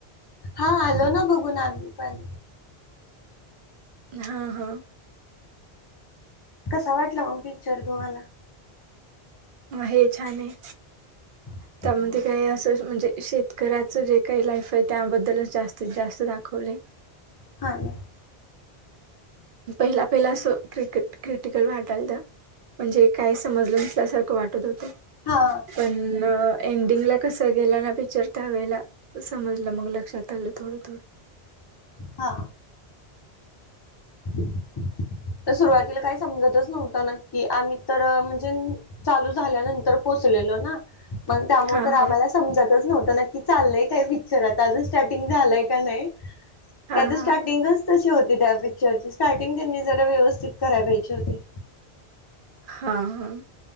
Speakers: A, on the left; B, on the right.
A: हा आलो ना बघून आम्ही पण.
B: हां हां.
A: कसं वाटला मग पिक्चर तुम्हाला?
B: हे छानहे.
A: <inaudible>
B: त्यामध्ये काही असं म्हणजे शेतकऱ्याचं जे काही लाईफ आहे त्याबद्दलच जास्तीत जास्त दाखवलय.
A: हा न
B: पहिला पहिला असं क्रिकट क्रिटिकल वाटायलं म्हणजे काय समजलं नसल्यासारखं वाटत होतं.
A: हा
B: पण एंडिंग ला कस गेलं ना पिक्चर वेला समजलं मग लक्षात आलं थोडं थोडं
A: हा <unintelligible> तर सुरुवातीला काही समजतच नव्हतं नक्की, आम्ही तर म्हणजे चालू झाल्यानंतर पोचलेलो ना. मग त्यामुळे
B: हा
A: तर आम्हाला
B: हा
A: समजतच नव्हतं नक्की चाललंय काय पिक्चरात अजून स्टार्टींग झालंय का नै,
B: हा
A: त्याचं
B: हा
A: स्टार्टिंगच तशी होती त्या पिक्चरची स्टार्टिंग त्यांनी जरा व्यवस्थित कराय पायजे होते.
B: हां हां.